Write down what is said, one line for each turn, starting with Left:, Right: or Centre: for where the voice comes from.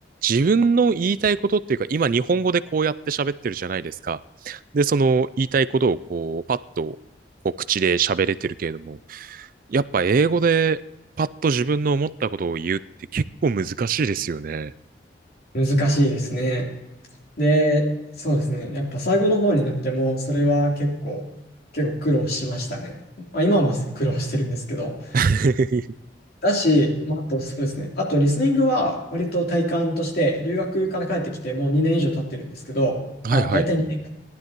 Right: 自分の言いたいことっていうか、今日本語でこうやって喋ってるじゃないですか。で、その言いたいことをこう、パッとこう口で喋れてるけれども、やっぱ英語でパッと自分の思ったことを言うって結構難しいですよね。
Left: 難しいですね。で、そうですね、やっぱ最後の方になっても、それは結構、結構苦労しましたね。まあ、今も苦労してるんですけど。
Right: <laughs>
Left: だし、まあ、あとそうですね、あとリスニングは割と体感として、留学から帰ってきてもう2年以上経ってるんですけど、
Right: はいはい。
Left: あ、大体2年か。